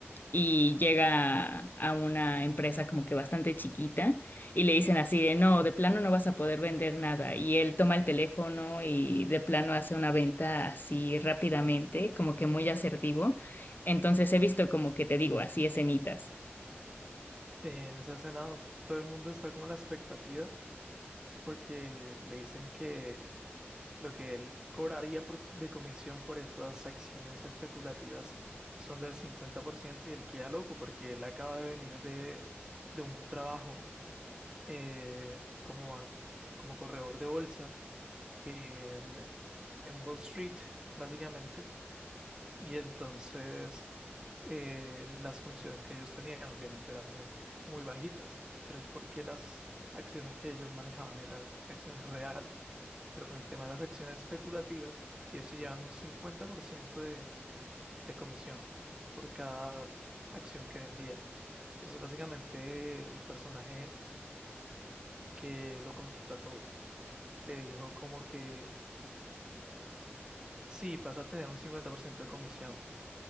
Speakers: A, on the left; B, on the right.
A: y llega a una empresa como que bastante chiquita y le dicen así de, no, de plano no vas a poder vender nada. Y él toma el teléfono y de plano hace una venta así rápidamente, como que muy asertivo. Entonces he visto como que te digo, así escenitas.
B: Sí, en esa escena todo el mundo está como a la expectativa porque le dicen que lo que él cobraría por- de comisión por esas acciones especulativas son del 50% y él queda loco porque él acaba de venir de, de un trabajo eh, como, como corredor de bolsa en, en Wall Street, básicamente. Y entonces eh, las comisiones que ellos tenían obviamente eran muy, muy bajitas, pero es porque las acciones que ellos manejaban eran acciones reales. Pero con el tema de las acciones especulativas, ellos se llevan un 50% de, de comisión por cada acción que vendía. Entonces, básicamente, el personaje que lo contrató le dijo como que sí, vas a tener un 50% de comisión,